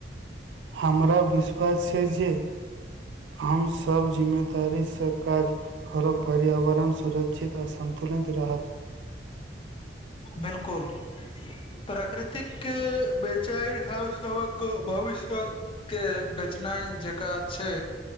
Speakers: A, on the right; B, on the left.
A: हमरा विश्वास छै जे हम सब जिम्मेदारीसँ काज करब पर्यावरण सुरक्षित आ सन्तुलित रहत
B: बिल्कुल प्राकृतिक बेचइ हम सबहक भविष्य के बेचनाइन जेका छै